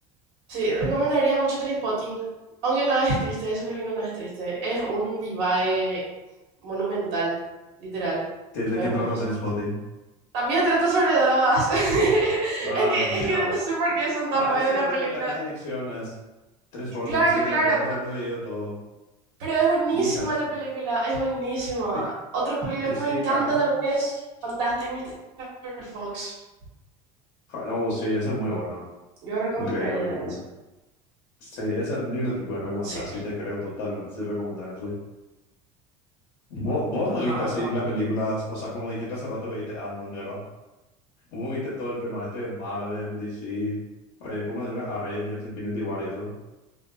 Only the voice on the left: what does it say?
¿De
de qué
trata
Trainspotting?
Ah,
mira,
Ah,
eso era
que
tratar las adicciones. Transporting,
sí,
recuerdo haber leído todo.
Y Hudson.
Y,
y sí,
capaz.
Sí.
Oh, sí, esa es muy buena.
Increíble película.
Sí, esa película te puedo recomendar.
Sí, te creo totalmente. Sí, recomendable. sí. ¿Vos, vos
me viste así
las películas? O sea, como dijiste hace rato que viste Ant-Man, ¿verdad? ¿Cómo viste todo el tema este de Marvel, DC? Oye, ¿cómo se llama? Avengers, Infinity War y eso.